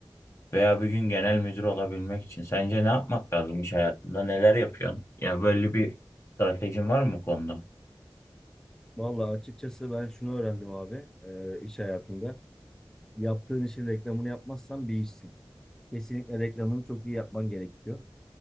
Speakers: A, on the left; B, in the centre.
A: veya bir gün genel müdür olabilmek için. Sence ne yapmak lazım iş hayatında? Neler yapıyorsun? Ya böyle bir stratejin var mı bu konuda?
B: Vallahi açıkçası ben şunu öğrendim abi e, iş hayatında. Yaptığın işin reklamını yapmazsan bir işsin. Kesinlikle reklamını çok iyi yapman gerekiyor.